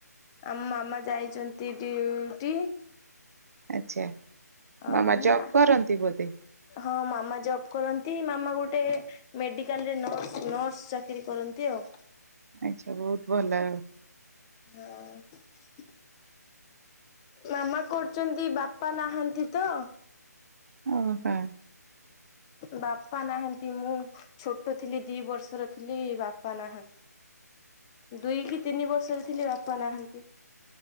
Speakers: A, on the left (about 15°); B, on the right (about 60°).
A: ଆମ ମାମା ଯାଇଚନ୍ତି ଡିଉଟି।
B: ଆଚ୍ଛା।
A: ଆଉ
B: ମାମା ଜବ୍
A: ଆ,
B: କରନ୍ତି ବୋଧେ?
A: ହଁ ମାମା ଜବ୍ କରନ୍ ତି ମାମା ଗୋଟେ ମେଡିକାଲ୍ ରେ ନର୍ସ ନର୍ସ ଚାକିରି କରନ୍ତି ଆଉ।
B: ଆଚ୍ଛା ବହୁତ ଭଲ।
A: ହଁ। ମାମା କରୁଚନ୍ତି। ବାପା ନାହାନ୍ତି ତ।
B: ଓ ହଁ।
A: ବାପା ନାହାନ୍ତି, ମୁଁ ଛୋଟ ଥିଲି ଦି ବର୍ଷର ଥିଲି ବାପା ନାହାନ୍ତି। ଦୁଇ କି ତିନି ବର୍ଷରେ ଥିଲେ ବାପା ନାହାନ୍ତି।